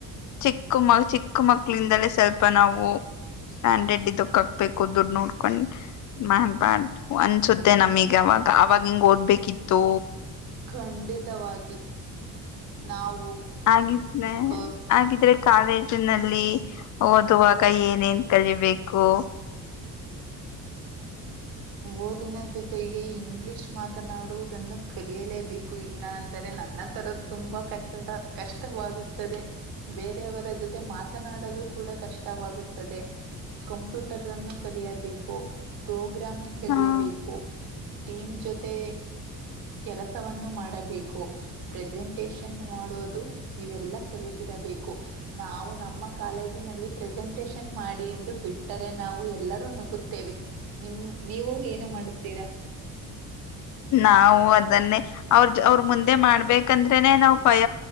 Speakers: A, on the left (about 55°); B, on the right (about 85°).
A: ಚಿಕ್ಕ ಮ ಚಿಕ್ಕ ಮಕ್ಕಳು ಇಂದಾನೆ ಸ್ವಲ್ಪ ನಾವು ಸನ್ ರೆಡ್ಡಿ ದಕ್ಕಾಕ್ಬೇಕು ದುಡ್ ನೋಡ್ಕೊಂಡ್ ಮಾನ್ ಬಾ ಅನ್ಸುತ್ತೆ ನಮಗ್ ಅವಾಗ ಅವಾಗ ಹಿಂಗ್ ಓದ್ಬೇಕಿತ್ತು
B: ಖಂಡಿತವಾಗಿ ನಾವು
A: ಹಾಗಗಿದ್ರೆ
B: ಗ
A: ಹಾಗಿದ್ರೆ ಕಾಲೇಜಿನಲ್ಲಿ ಓದುವಾಗ ಏನು ಕಲಿಬೇಕು
B: ಓದಿನ ಜೊತೆಗೆ ಇಂಗ್ಲಿಷ್ ಮಾತನಾಡುವುದನ್ನು ಕಲಿಯಲೇಬೇಕು ಇಲ್ಲ ಅಂದರೆ ನನ್ನ ತರ ತುಂಬಾ ಕಷ್ಟ ಕಷ್ಟವಾಗುತ್ತದೆ ಬೇರೆಯವರ ಜೊತೆ ಮಾತನಾಡಲು ಕಷ್ಟವಾಗುತ್ತದೆ ಕಂಪ್ಯೂಟರ್ ಅನ್ನು ಕಲಿಯಬೇಕು ಪ್ರೋಗ್ರಾಮ್ ಗ್ರಾಮೀಣ ಕಲಿಯಬೇಕು
A: ಹ
B: ಟೀಮ್ ಜೊತೆ ಕೆಲಸವನ್ನು ಮಾಡಬೇಕು ಪ್ರೆಸೆಂಟೇಶನ್ ಮಾಡೋದು ಇವೆಲ್ಲಾ ಕಲಿಯಬೇಕು ನಾವು ನಮ್ಮ ಕಾಲೇಜಿನಲ್ಲಿ ಪ್ರೆಸೆಂಟಷನ್ ಮಾಡಿ ಎಂದು ಬಿಟ್ಟರೆ ನಾವು ಎಲ್ಲಾರು ಎಲ್ಲರೂ ನಗುತ್ತೇವೆ ನಿಮ ನೀವು ಏನು ಮಾಡುತ್ತೀರ
A: ನಾವು ಅದನ್ನೇ ಅವ್ರ ಅವ್ರರು ಮುಂದೆ ಮಾಡ್ಬೇಕಂದ್ರೆನೆ ನಾವು ಭಯ